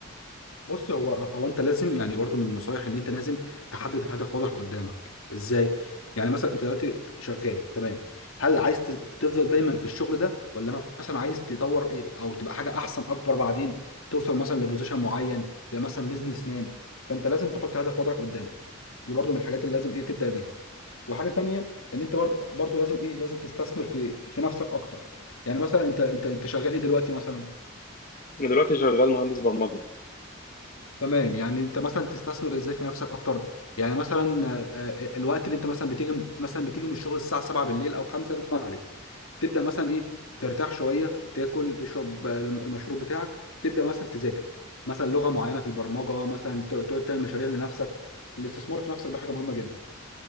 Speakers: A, on the left; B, on the left.
A: بص هو هو انت لازم يعني برضو من النصايح اللي انت لازم تحدد هدف واضح قدامك ازاي يعني مثلا انت دلوقتي شغال تمام هل عايز ت- تفضل دايما في الشغل ده ولا مثلا عايز تطور ايه او تبقى حاجه احسن اكبر بعدين توصل مثلا لبوزيشن معين تبقى مثلا بيزنس مان فانت لازم تحط هدف واضح قدامك دي برضو من الحاجات اللي لازم ايه تبدا بيها وحاجه تانية ان انت برضو برضو لازم ايه لازم تستثمر في في نفسك اكتر يعني مثلا انت انت انت شغال ايه دلوقتي مثلا
B: انا دلوقتي شغال مهندس برمجة
A: تمام يعني انت مثلا تستثمر ازاي في نفسك اكتر يعني مثلا آه، آه، الوقت اللي انت مثلا بتيجي مثلا بتيجي من الشغل الساعه 7 بالليل او 5 المغرب تبدا مثلا ايه ترتاح شويه تاكل تشرب آه، الم- المشروب بتاعك تبدا مثلا تذاكر مثلا لغه معينه في البرمجه مثلا ت- تقعد تعمل مشاريع لنفسك الاستثمار في نفسك ده حاجه مهمه جدا